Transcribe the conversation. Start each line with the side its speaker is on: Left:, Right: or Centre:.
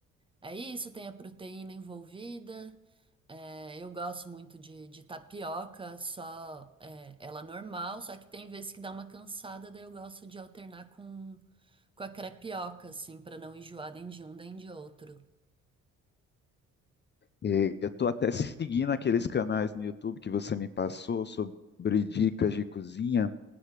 Right: É isso, tem a proteína envolvida. É, eu gosto muito de, de tapioca, só é, ela normal, só que tem vezes que dá uma cansada, daí eu gosto de alternar com, com a crepioca, assim, pra não enjoar nem de um nem de outro.
Left: E eu estou até seguindo aqueles canais no YouTube que você me passou sobre dicas de cozinha.